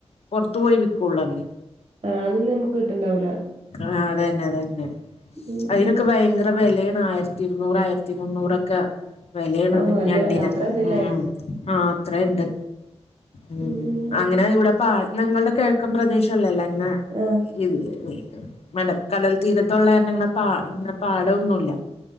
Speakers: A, on the left; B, on the right.
A: പുറത്തു പോയി വിൽക്കുള്ളൂ അവര്
B: ആ അതൊന്നും നമുക്ക് കിട്ടലണ്ടാവൂല
A: ആ അതന്നെ അത തന്നെ
B: ഉം
A: അതിനൊക്കെ
B: ഉം
A: ഭയങ്കര വിലയ ആയിരത്തി ഇരുന്നൂറ ആയിരത്തി മുന്നൂറൊക്കെ വിലയണന്ന്
B: ഔ നല്ല
A: ഞണ്ടീനൊക്കെ
B: അത്രണ്ട്ല്ലേ
A: ഉം ആ അത്ര ഇണ്ട് ഉ
B: ഉം
A: അങ്ങനെ ഇവിടെ പാ ഞങ്ങളുടെ കിഴക്കും പ്രദേശല്ലല്ലേ എന്ന
B: ആഹ്
A: ഇത് മട കടൽ തീരതൊള്ള ഇങ്ങനെ പാ ഇങ്ങനെ പാടന്നുല്ല